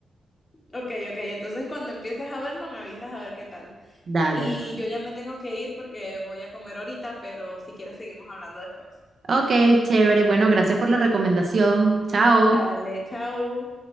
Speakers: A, on the left; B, on the right.
A: Ok, ok, entonces cuando empieces a verlo me avisas a ver qué tal.
B: Dale.
A: Y yo ya me tengo que ir porque voy a comer ahorita, pero si quieres seguimos hablando después.
B: Ok, chévere. Bueno, gracias por la recomendación. Chao.
A: Dale, chao.